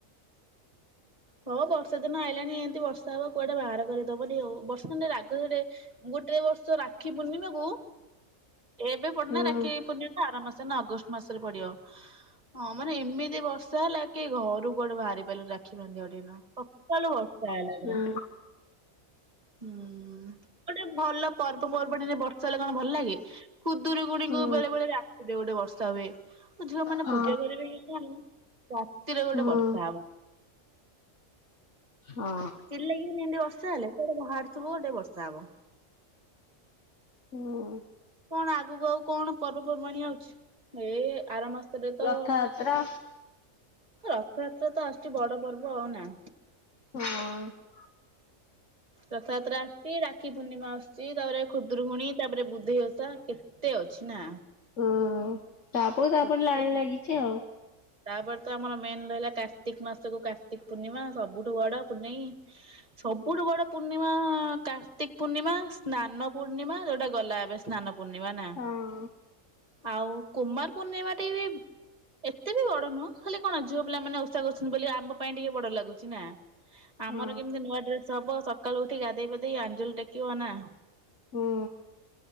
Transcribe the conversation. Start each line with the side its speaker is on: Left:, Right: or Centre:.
Right: ହଁ <inaudible> ହଁ ବର୍ଷା ଦିନ ଆଇଲାଣି ଏମିତି ବର୍ଷା ହବ କୁଆଡ଼େ ବାହାର କରିଦବନି ଆଉ ବର୍ଷା ଦିନ ରାଗ ଗୋଟେ ଗୋଟେ ବର୍ଷ ରାକ୍ଷୀ ପୂର୍ଣ୍ଣିମାକୁ ଏବେ ପର୍ଯ୍ୟନ୍ତ
Left: ହଁ
Right: ରାକ୍ଷୀ ପୂର୍ଣ୍ଣିମା ଆର ମାସ ନା ଅଗଷ୍ଟ ମାସରେ ପଡ଼ିବ ହଁ ମାନେ ଏମିତି ବର୍ଷା ହେଲା କି ଘରୁ କୁଆଡ଼େ ବାହାରି ପାରିଲୁଣି ରାକ୍ଷୀ ବାନ୍ଧିବା ଦିନ ସକାଳୁ ବର୍ଷା ହେଲା ପୁରା।
Left: ହୁଁ
Right: ହୁଁ ଗୋଟେ ଭଲ ପର୍ବପର୍ବାଣିରେ ବର୍ଷ ହେଲେ କଣ ଭଲ ଲାଗେ ଖୁଦୁରିକୁଣିଙ୍କୁ
Left: ହୁଁ
Right: ବେଳେ ବଳେ ରାତିରେ ଗୋଟେ ବର୍ଷା ହୁଏ। ଝିଅ ମାନେ
Left: ହଁ
Right: ପୂଜା କରିବେ କି କଣ। ରାତିରେ ଗୋଟେ
Left: ହୁଁ
Right: ବର୍ଷା ହବ।
Left: ହଁ
Right: ଲାଗ ବି ନିନ୍ତିତି ବର୍ଷା ହେଲେ କୁଆଟେ ବାହାରୁଥିବ ଗୋଟେ ବର୍ଷା ହବ <inaudible>
Left: ହଁ।
Right: କଣ ଆଗକୁ ଆଉ କଣ ପର୍ବପର୍ବାଣି ଆଉଛି ଏ ଆର ମାସ ଏବେ ତ
Left: ରଥଯାତ୍ରା
Right: ରଥଯାତ୍ରା ତ ଆସୁଛି ବଡ଼ ପର୍ବ ଆଉ ନା
Left: ହଁ।
Right: ରଥଯାତ୍ରା ଆସୁଛି ରାକ୍ଷୀ ପୂର୍ଣ୍ଣିମା ଆସୁଛି ତାପରେ ଖୁଦୁରକୁୁଣୀ ତାପରେ ବୁଦ୍ଧି ଓଷା କେ କେତେ ଅଛି ନା।
Left: ଉଁ ହୁଁ ତାପରେ ତାପରେ
Right: ଗୋଟେ
Left: ଲାଇନ୍
Right: ପରେ
Left: ଲାଗିଛି ଆଉ।
Right: ତାପରେ ତ ଆମର ମେନ୍ ରହିଲା କାର୍ତ୍ତିକ ମାସକୁ କାର୍ତିକ ପୂର୍ଣ୍ଣିମା ସବୁଠୁ ବଡ଼ ପୂନେଇ ସବୁ ସଉଠୁ ବଡ଼ ପୂର୍ଣ୍ଣିମା କାର୍ତ୍ତିକ ପୂର୍ଣ୍ଣିମା ସ୍ନାନ ପୂର୍ଣ୍ଣିମା ଯଉଟା ଗଲା ଏବେ। ସ୍ନାନ ପୂର୍ଣ୍ଣିମା ନା
Left: ହଁ
Right: ଆଉ କୁମାର ପୂର୍ଣ୍ଣିମା ଟିକେ ଏତେ ବି ବଡ଼ ନୁହଁ ଖାଲି କଣ ଝିଅ ପିଲାମାନେେ ଉଷା କରୁଛନ୍ତି ବୋଲି ଆମ ପାଇଁ ଟିକେ ବଡ଼ ଲାଗୁଛି ନା। ଆମର
Left: ହଁ।
Right: କେମିତି ନୂଆ ଡ୍ରେସ୍ ହବ ସକାଳୁ ଉଠି ଗାଧେଇ ପାଧେଇ ଆଞ୍ଜଳି ଟେକିବ ନା।
Left: ହୁଁ